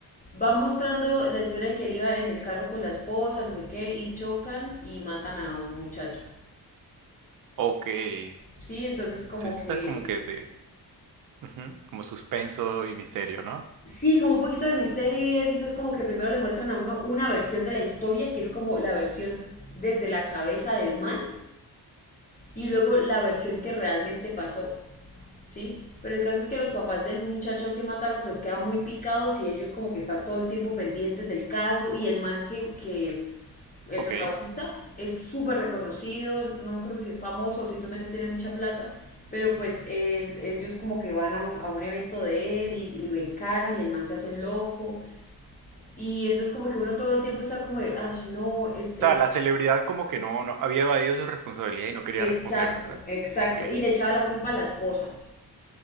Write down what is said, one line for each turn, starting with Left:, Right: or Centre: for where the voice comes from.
Left: va mostrando la historia de que él iba en el carro con la esposa, no sé qué, y chocan y matan a un muchacho.
Right: Ok. Entonces,
Left: Sí, entonces como
Right: es
Left: que...
Right: como que de... ujú, Como suspenso y misterio, ¿no?
Left: Sí, como un poquito de misterio y eso, entonces como que primero le muestran a uno una versión de la historia, que es como la versión desde la cabeza del man, y luego la versión que realmente pasó. ¿sí? Pero el caso es que los papás del muchacho al que mataron pues quedan muy picados y ellos como que están todo el tiempo pendientes del caso y el man que, que el
Right: Ok.
Left: protagonista es súper reconocido, no me acuerdo si es famoso o simplemente tiene mucha plata, pero pues él- ellos como que van a un, a un evento de él y, y lo encaran y el man se hace loco y entonces como que uno todo el tiempo está como de, "Ash, no, es,
Right: O
Left: es-
Right: sea, la celebridad como que no, no había evadido su responsabilidad y no quería
Left: exacto,
Right: responder, ¿verdad?
Left: exacto,
Right: Ok,
Left: y le echaba la culpa a la esposa.